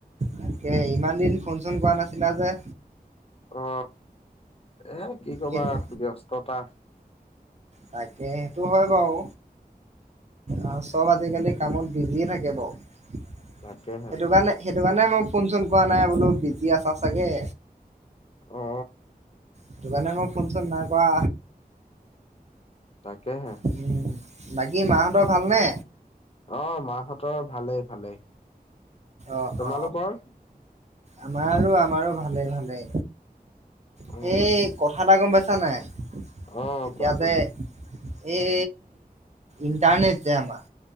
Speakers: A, on the right; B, on the left.
A: তাকে ইমান দিন ফোন চোন কৰা নাছিলা যে
B: অ এ কি কবা
A: কেলে?
B: ব্যস্ততা
A: তাকে সেইটো হয় বাৰু অহ চব আজিকালি কামত বিজি এ থাকে বাৰু
B: তাকেহে
A: সেইটো কাৰণে সেইটো কাৰণে মই ফোন চোন কৰা নাই বোলো বিজি আছা চাগে
B: অ
A: সেইটো কাৰণে মই ফোনচোন নাই কৰা
B: তাকেহে
A: উম বাকী মাহঁতৰ ভালনে
B: অ মা হঁতৰ ভালেই ভালেই
A: অঁ
B: তোমালোকৰ
A: অ আমাৰ আৰু আমাৰো ভালেই ভালেই
B: অ',
A: সেই কথা এটা গম পাইছা নাই এতিয়া
B: অ', কোৱাচোন
A: যে এই ইণ্টাৰনেট যে আমাৰ